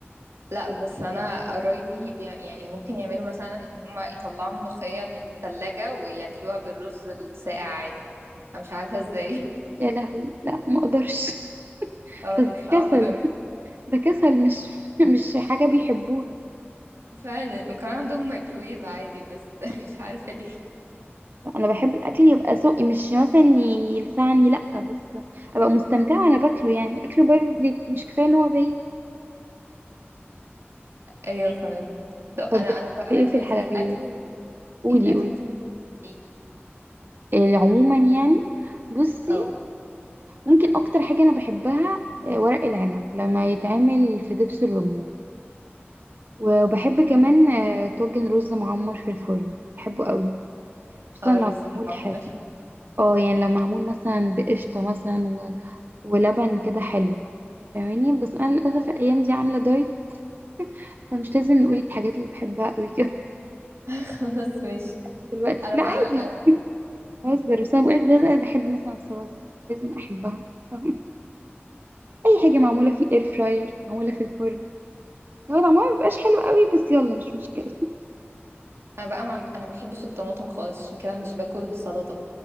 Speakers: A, on the right; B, on the right.
A: لا بس انا قرايبي بي... يعني ممكن يعملوا مثلا ان هما يطلعوا ملوخية من التلاجة وياكلوها بالرز الساقع عادي انا مش عارفة ازاي
B: يا لهوي لا ما اقدرش <laughs>
A: <laughs> اه
B: بس
A: هي
B: ده
A: صعبة
B: كسل
A: قوي
B: ده كسل مش <laughs> مش حاجة بيحبوها
A: فعلا وكمان عندهم مايكرويف عادي بس <laughs> مش عارفة
B: لا، انا بحب الاكل يبقى ذوقي مش مثلا ي- يلسعني لا بس ابقى مستمتعة وانا باكله يعني اكله بارد ليه مش كفاية ان هو بايت
A: ايوه فعلا طب
B: طب
A: انا
B: بتحبي
A: انا بقى
B: ايه
A: طب
B: في
A: انتي
B: الحلويات
A: ايه الاكل ال-
B: قولي
A: ايه الاكل
B: قولي
A: انتي مش بتحبيه
B: إيه عموما يعني بصي
A: اه
B: ممكن اكتر حاجة انا بحبها آه، ورق العنب لما يتعمل في دبس الرمان وبحب كمان آه، طاجن رز معمر في الفرن بحبه قوي خصوصا
A: اه
B: لو
A: الرز المعمر
B: معمول حلو اه يعني لو معمول مثلا بقشطة مثلا و... ولبن كده حلو فاهماني بس انا للاسف الايام دي عامله دايت فمش لازم نقول الحاجات اللي بحبها قوي كده
A: <laughs> خلاص ماشي
B: <laughs> دلوقتي
A: انا
B: لا
A: بقى
B: عادي
A: انا
B: بهزر بس انا بقولك ده انا بحب مثلا السلطه لازم احبها فاهم اي حاجه معموله في الاير فراير معموله في الفرن هو طعمها مبيبقاش حلو قوي بس يلا مش مشكله
A: انا بقى ما انا ما بحبش الطماطم خالص عشان كده مش باكل سلطة